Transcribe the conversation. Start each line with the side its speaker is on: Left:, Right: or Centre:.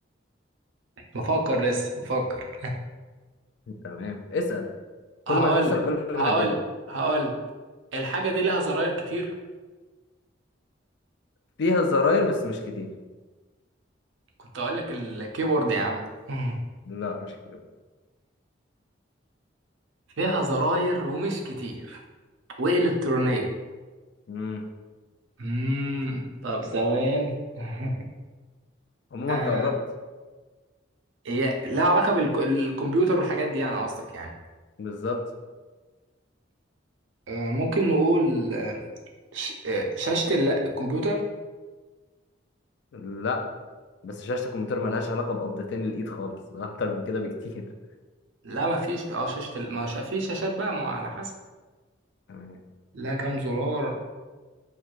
Right: بفكر لسه بفكر
Left: تمام اسأل كل
Right: <laughs> هقول
Left: ما تسأل كل ما
Right: هقول
Left: هتجيبها
Right: هقول الحاجة دي لها زراير كتير
Left: فيها زراير بس مش كتير
Right: كنت أقول لك الكيبورد يا عم <laughs>
Left: لا مش كتير
Right: فيها زراير ومش كتير وإلكترونية
Left: مم.
Right: امم طب ثواني <laughs>
Left: عموما
Right: آه
Left: انت قربت
Right: هي لها علاقة بالكمبيوتر والحاجات دي يعني قصدك يعني
Left: بالظبط
Right: آه ممكن نقول آه ش... آه شاشة ال- الكمبيوتر
Left: لا بس شاشة الكمبيوتر ملهاش علاقة بقبضتين الإيد خالص ده أكتر من كده بكتير
Right: لا ما فيش اه شاشة ال- ما شا... في شاشات بقى ما هو على حسب
Left: تمام
Right: لا كام زرار